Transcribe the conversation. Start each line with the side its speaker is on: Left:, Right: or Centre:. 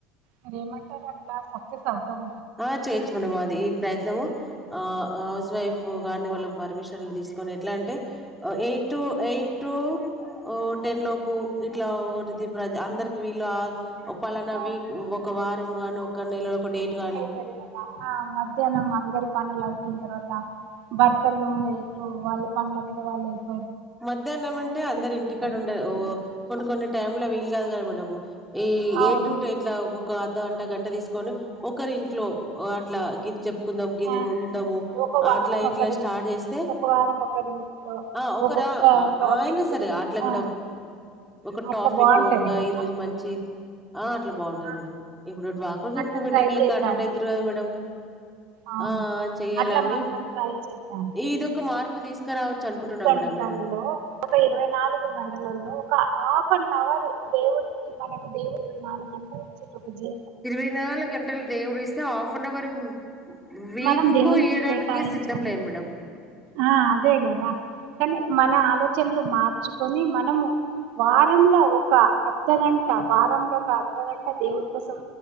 Right: మరి ఏమంటారు అట్లా సక్సెస్ అవుతామ
Centre: ఆహ్ చేయొచ్చు మేడం అది ఈ ప్రయత్నము ఆ హౌస్ వైఫ్ కానీ వాళ్ళ పర్మిషన్లు తీసుకొని ఎట్లా అంటే ఆ ఎయిట్ టు ఎయిట్ టు ఆహ్ టెన్ లోపు ఇట్లా ఒకటి ఇది ప్రజ అందరికి వీళ్ళు ఆ పలానా
Right: ఆ
Centre: వీక్ ఒక వారము గానీ ఒక నెలలో ఒక డేట్ గాని
Right: తది కదా ఆ మధ్యాహ్నం అందరికీ పనులు అయిపోయిన తర్వాత భర్తలు ఎక్కువ వాళ్ళు పండ్ల మీద వాళ్ళు వే
Centre: మధ్యాహ్నం అంటే అందరు
Right: వెళ్ళిపోయిన
Centre: ఇంటికాడ ఉండ ఒ కొన్ని కొన్ని టైమ్లా వీలు కాదు కదా మేడం. ఈ
Right: అవును
Centre: ఏ టుటే ఇట్లా ఒక అర్ధ గంట గంట తీసుకొని ఒకరింట్లో అట్లా గిదిజప్ కుందాం ఇది
Right: ఆ
Centre: ఉండవు
Right: ఒక వారం
Centre: అట్లా ఇట్లా
Right: ఒకరింట్లో
Centre: స్టార్ట్ చేస్తే
Right: ఒక వారం ఒకరింట్లో
Centre: ఆ ఒ
Right: ఒక్కొక్క
Centre: ఆ
Right: టాపిక్
Centre: ఆయినా సరే ఆట్ల
Right: ఆ
Centre: కుడా ఒక
Right: అట్లా
Centre: టాఫిక్
Right: బాగుంటది
Centre: ఒక
Right: కదా
Centre: ఈరోజు మంచి ఆ అట్లా బాగుంటది
Right: ఆ,
Centre: కూడా ఇప్పుడు డ్వా గ్రూప్
Right: అట్లా
Centre: కు మీటింగ్లకు
Right: ట్రై చేద్దాం
Centre: అటెండ్ ఐతిరి
Right: మనం
Centre: కదా మేడం
Right: అవును
Centre: ఆ చెయ్యాలని
Right: అట్లా మనం ట్రై చేద్దాం
Centre: ఇదొక మార్పు తీసుకురావచ్చు అనుకుంటున్నా మేడం.
Right: దాంట్లో
Centre: నేను
Right: ఒక ఇరవై నాలుగు మండలంలో ఒక ఆ ఫ్ నవరు దేవుడికి మనకు దేవు నాలుగు గంటలచ్చ ఒక జీ
Centre: ఇరవై నాలుగు గంటలు దేవుడు ఇస్తే హల్ఫన్హౌర్ వీక్
Right: మనం దేవునికి
Centre: కు ఇయ్యడానికి
Right: కేటాయించాము
Centre: సిద్దం లేం మేడం
Right: ఆ అదే కదా కానీ మన ఆలోచనలు మార్చుక్ కొని మనము వాటి ఎమ్ లా ఒక అర్ధగంట వారంలో ఒక అర్ధగంట దేవుడి కోసం